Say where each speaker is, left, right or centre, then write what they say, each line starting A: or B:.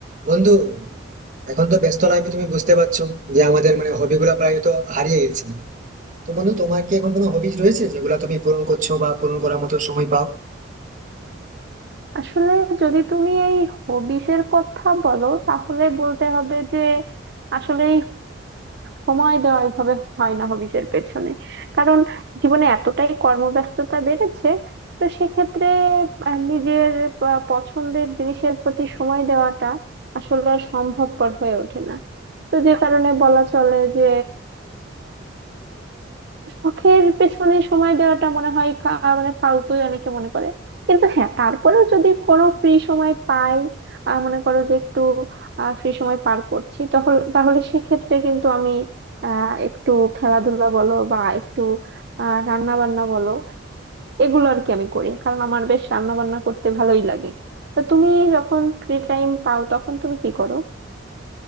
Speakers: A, on the right; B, on the right.
A: বন্ধু এখন তো ব্যস্ত লাইফে তুমি বুঝতে পারছো যে আমাদের মানে হবি গুলা প্রায় তো হারিয়ে গেছে তো বন্ধু তোমার কি এখন কোনো হবিজ রয়েছে যেগুলো তুমি পূরণ করছো বা পূরণ করার মতো সময় পাও
B: আসলে যদি তুমি এই হবিস এর কথা বলো তাহলে বলতে হবে যে আসলে সময় দেওয়া এভাবে হয় না হবিস এর পেছনে কারণ জীবনে এতটাই কর্মব্যস্ততা বেড়েছে তো সেক্ষেত্রে আহ, নিজের প- পছন্দের জিনিসের প্রতি সময় দেওয়াটা আসলে আর সম্ভবপর হয়ে ওঠে না তো যে কারণে বলা চলে যে শখের পেছনে সময় দেওয়াটা মনে হয় খা- মানে ফালতুই অনেকে মনে করে কিন্তু হ্যাঁ তারপরেও যদি কোনো ফ্রি সময় পাই আহ, মনে করো যে একটু ফ্রি সময় পার করছি তখন তাহলে সেক্ষেত্রে কিন্তু আমি আহ একটু খেলাধুলা বলো বা একটু আহ রান্না বান্না বলো এগুলো আর কি আমি করি কারণ আমার বেশ রান্না বান্না করতে ভালোই লাগে তো তুমি যখন ফ্রি টাইম পাও তখন তুমি কি করো